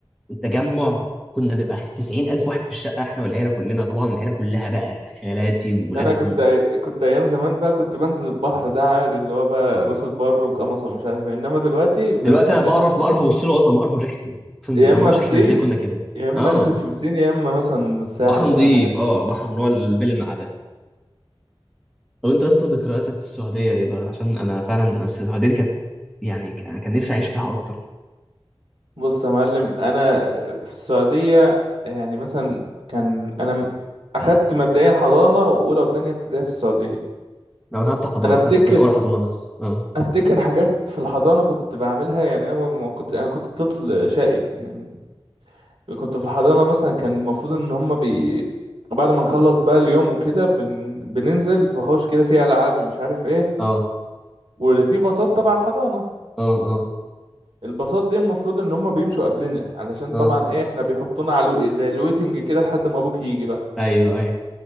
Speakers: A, in the centre; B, on the right.
A: والتجمع كنا بنبقى 90 الف واحد في الشقه احنا والعيله كلنا طبعا العيله كلها بقى خالاتي وولادهم
B: انا كنت أي... كنت ايام زمان بقى كنت بنزل البحر ده عادي اللي هو بقى راس البر وقمصة ومش عارف ايه انما دلوقتي بقيت
A: دلوقتي
B: بتقلق
A: انا بقرف بقرف
B: بصراحه
A: ابص له اصلا بقرف من ريحته اقسم
B: يا
A: بالله
B: اما
A: ما اعرفش
B: بسين
A: احنا ازاي كنا كده
B: يا اما
A: اه
B: انزل في بسين يا اما مثلا الساحل
A: بحر نظيف
B: بقى الحاجات
A: اه بحر اللي هو البلمع ده طب انت يا اسطى ذكرياتك في السعوديه ايه بقى عشان انا فعلا السعوديه دي كانت يعني ك- انا كان نفسي اعيش فيها اكتر
B: بص يا معلم انا في السعوديه يعني مثلا كان انا م- اخدت مبدئيا حضانه واولى وتانية ابتدائي في السعوديه
A: انا خدت حضانه
B: انا افتكر
A: خدت اولى حضانه بس اه
B: افتكر حاجات في الحضانه كنت بعملها يعني انا ما كنت انا كنت طفل شقي يعني كنت في الحضانة مثلا كان المفروض ان هما بي بعد ما نخلص بقى اليوم وكده بن... بننزل في حوش كده فيه العاب ومش عارف ايه
A: اه
B: واللي فيه باصات تبع الحضانة
A: اه اه
B: الباصات دي المفروض ان هما بيمشوا قبلنا علشان
A: اه
B: طبعا ايه احنا بيحطونا على الو- زي الويتنج كده لحد ما ابوك يجي بقى
A: ايوه ايوه